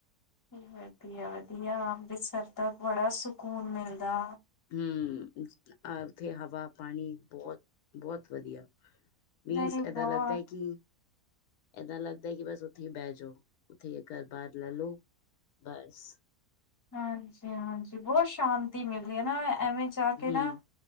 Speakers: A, on the left; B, on the left.
A: ਵਧੀਆ -ਵਧੀਆ ਅੰਮ੍ਰਿਤਸਰ ਤਾ ਬੜਾ ਸਕੂਨ ਮਿਲਦਾ।
B: ਹੂੰ, ਅ ਉੱਥੇ ਹਵਾ ਪਾਣੀ ਬਹੁਤ- ਬਹੁਤ ਵਧੀਆ। ਮੀਨਸ
A: ਨਹੀਂ ਬਹੁਤ
B: ਏਦਾਂ ਲੱਗਦਾ ਹੈ ਕਿ ਏਦਾਂ ਲੱਗਦਾ ਕਿ ਬਸ ਉੱਥੇ ਹੀ ਬਹਿ ਜਾਓ ਉੱਥੇ ਘਰ ਬਾਰ ਲੈ ਲੋ। ਬਸ
A: ਹਾਂਜੀ- ਹਾਂਜੀ ਬਹੁਤ ਸ਼ਾਂਤੀ ਮਿਲਦੀ ਹੈ, ਨਾ ਐਵੇਂ ਜਾ
B: ਹੂੰ,
A: ਕੇ ਨਾ